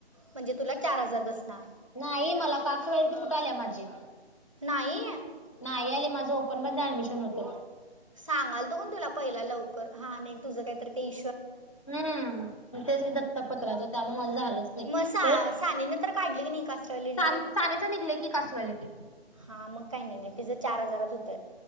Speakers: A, on the right (about 30°); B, on the left (about 30°).
A: म्हणजे तुला चार हजार बसणार
B: नाही मला पाचवथ कुठे आल्या माझी
A: नाही
B: नाही आली माझं ओपन मध्ये ऍडमिशन होते
A: सांगाल तो का तुला पहिला लवकर हा नाही तुझ काहीतरी इ
B: हम्म तेच दत्तपत्राचं त्यान झालंच नाही
A: मग सा सानेनं तर काढली की नाही कास्ट व्हॅलिडिटी
B: तरण्याच निघलंय की कासवलाथे
A: हा मग काय नाहीे तिझं चार हजारात होत